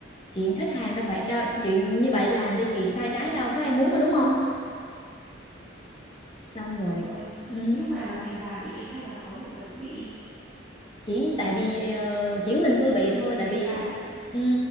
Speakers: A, on the left; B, in the centre.
A: chuyện khách hàng đâu phải đâu chuyện như vậy làm đi chuyện sai trái đâu có em muốn rồi đúng không xong rồi
B: đúng rồi
A: ừ,
B: thế nhưng mà là mình bà bị hay là có nhiều người cũng bị
A: chỉ tại
B: ừ?
A: vì ờ, chỉ có mình tôi bị
B: nhị-
A: thôi
B: mình
A: tại vì
B: bà
A: ừ,